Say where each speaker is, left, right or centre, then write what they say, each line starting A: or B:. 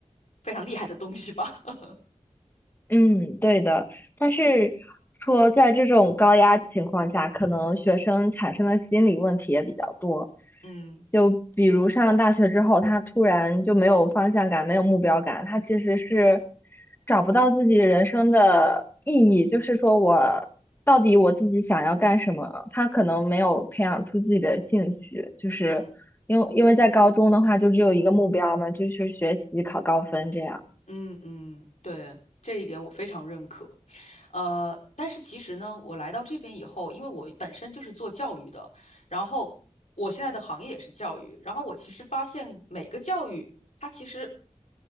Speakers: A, on the left (about 65°); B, on the left (about 15°).
A: 非常厉害的东西吧。<laughs>
B: 嗯，对的。但是说，在这种高压情况下，可能学生产生的心理问题也比较多。
A: 嗯
B: 就比如上了大学之后，他突然就没有方向感，没有目标感，他其实是找不到自己人生的意义。就是说我到底我自己想要干什么？他可能没有培养出自己的兴趣，就是因为因为在高中的话，
A: 嗯。
B: 就只有一个目标嘛，就是学习考高分这样。
A: 嗯嗯，对，这一点我非常认可。呃，但是其实呢，我来到这边以后，因为我本身就是做教育的，然后我现在的行业也是教育，然后我其实发现每个教育，它其实